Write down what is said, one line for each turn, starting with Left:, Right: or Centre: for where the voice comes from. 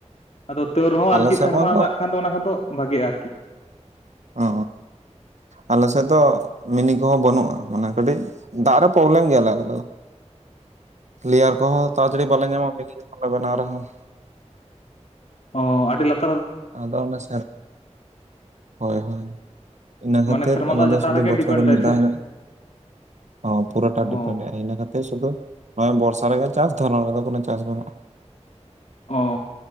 Left: ᱟᱫᱚ ᱛᱟᱹᱣ ᱨᱮᱦᱚᱸ
Right: ᱟᱞᱮ
Left: ᱟᱨᱠᱤ
Right: ᱥᱮᱫ
Left: ᱥᱮᱨᱢᱟ
Right: ᱢᱟᱛᱚ
Left: ᱫᱟᱜ ᱠᱟᱱ ᱫᱚ ᱚᱱᱟ ᱦᱚᱸ ᱛᱚ ᱵᱷᱟᱜᱤᱼᱟ
Right: ᱚ ᱟᱞᱮ ᱥᱮᱫ ᱫᱚ ᱢᱤᱱᱤ ᱠᱚᱦᱚᱸ ᱵᱟᱹᱱᱩᱜ-ᱟ ᱢᱟᱱᱮ ᱠᱟᱹᱴᱤᱡ ᱫᱟᱜ ᱨᱮ ᱯᱚᱵᱽᱞᱮᱢ ᱜᱮᱭᱟᱞᱮ ᱟᱞᱮ ᱫᱚ ᱞᱮᱭᱟᱨ ᱠᱚᱦᱚᱸ ᱛᱟᱨᱡᱟᱹᱲᱤ ᱵᱟᱞᱮ ᱧᱟᱢᱟ ᱩᱱᱤ ᱡᱚᱠᱷᱚᱱ ᱞᱮ ᱵᱮᱱᱟᱣ ᱨᱮᱦᱚᱸ
Left: ᱚ ᱟᱹᱰᱤ ᱞᱟᱜ
Right: ᱟᱫᱚ ᱚᱱᱮ ᱥᱟᱨ ᱦᱚᱭ ᱦᱚᱭ ᱤᱱᱟᱹ ᱠᱷᱟᱹᱛᱤᱨ
Left: ᱢᱟᱱᱮ ᱥᱮᱨᱢᱟ
Right: ᱟᱞᱮ
Left: ᱫᱟᱜ
Right: ᱫᱚ
Left: ᱪᱮᱛᱟᱱ
Right: ᱥᱩᱫᱷᱩ
Left: ᱨᱮᱜᱮ
Right: ᱵᱚᱪᱷᱚᱨ
Left: ᱰᱤᱯᱮᱱᱰ
Right: ᱨᱮ
Left: ᱫᱟᱭ
Right: ᱢᱤᱫ ᱫᱷᱟᱣ
Left: ᱥᱮ
Right: ᱚ ᱯᱩᱨᱟ ᱴᱟᱵᱽ
Left: ᱚ
Right: ᱰᱤᱯᱮᱱᱰᱟᱭ ᱤᱱᱟᱹ ᱠᱟᱛ ᱥᱩᱫᱩ ᱱᱚᱜᱚᱭ ᱵᱚᱨᱥᱟ ᱨᱮᱜᱮ ᱪᱟᱥ ᱫᱷᱚᱨᱚᱱ ᱨᱮᱫᱚ ᱠᱚᱱᱚ ᱪᱟᱥ ᱵᱟᱹᱱᱩᱜ-ᱟ
Left: ᱚ